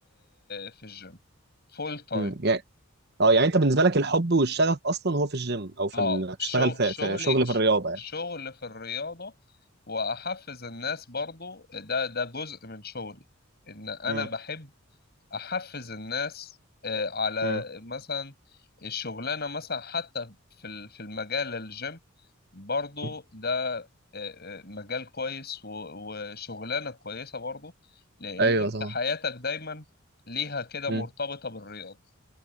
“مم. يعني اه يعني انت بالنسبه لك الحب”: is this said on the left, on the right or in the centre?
Right